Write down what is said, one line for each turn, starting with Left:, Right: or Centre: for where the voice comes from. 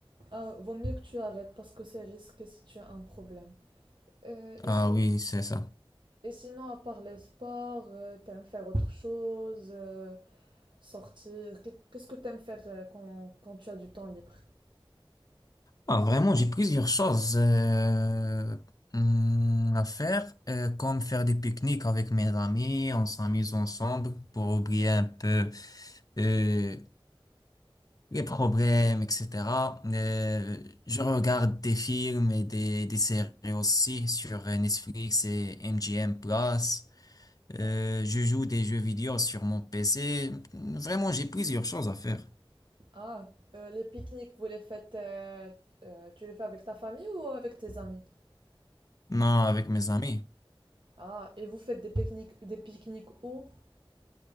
Right: Ah, vaut mieux que tu arrêtes parce que c'est risqué si tu as un problème. Euh,
Left: Ah
Right: et, si-
Left: oui, c'est ça.
Right: et sinon, à part les sports, euh, t'aimes faire autre chose, euh, sortir. Qu'est- Qu'est-ce que t'aimes faire euh, quand, quand tu as du temps libre?
Left: Ah, vraiment, j'ai plusieurs choses euh, hum, à faire, euh, comme faire des pique-niques avec mes amis, on s'amuse ensemble pour oublier un peu euh, les problèmes, etc. Euh, je regarde des films et des, des séries aussi sur euh, Netflix et MGM Plus. Euh,
Right: Ouais.
Left: je joue des jeux vidéo sur mon PC. Vraiment, j'ai plusieurs choses à faire.
Right: Ah, euh, les pique-niques, vous les faites, euh, euh, tu les fais avec ta famille ou avec tes amis?
Left: Non, avec mes amis.
Right: Ah, et vous faites des pique-niques, des pique-niques où?